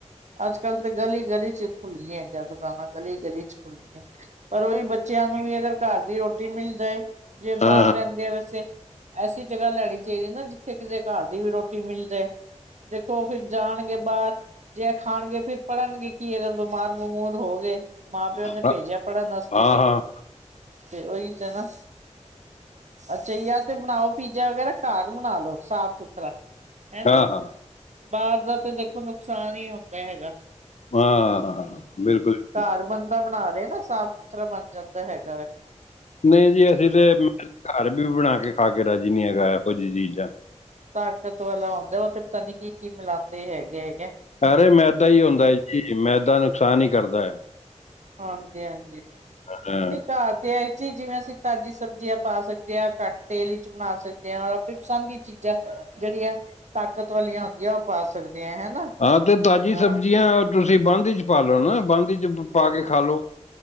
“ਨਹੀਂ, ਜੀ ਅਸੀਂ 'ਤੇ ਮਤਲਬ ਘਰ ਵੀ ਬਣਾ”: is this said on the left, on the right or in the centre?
Left